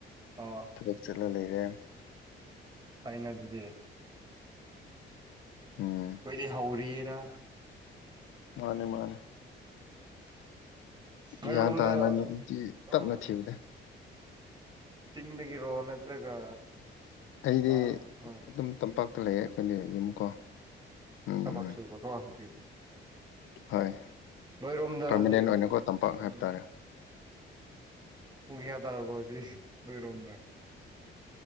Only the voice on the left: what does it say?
ꯊꯕꯛ ꯆꯠꯂ ꯂꯩꯔꯦ
ꯎꯝ
ꯃꯥꯅꯦ ꯃꯥꯅꯦ
ꯒ꯭ꯌꯥꯟ ꯇꯥꯅ ꯅꯨꯄꯤ ꯇꯞꯅ
ꯊꯤꯕꯅꯦ
ꯑꯩꯗꯤ
ꯑꯗꯨꯝ ꯇꯝꯄꯥꯛꯇ ꯂꯩꯌꯦ ꯑꯩꯈꯣꯏꯗꯤ ꯌꯨꯝ ꯀꯣ ꯎꯝ ꯎꯝ
ꯍꯣꯏ
ꯄꯔꯃꯅꯦꯟ
ꯑꯣꯏꯅꯀꯣ ꯇꯝꯄꯥꯛ ꯍꯥꯏꯕ
ꯇꯥꯔꯦ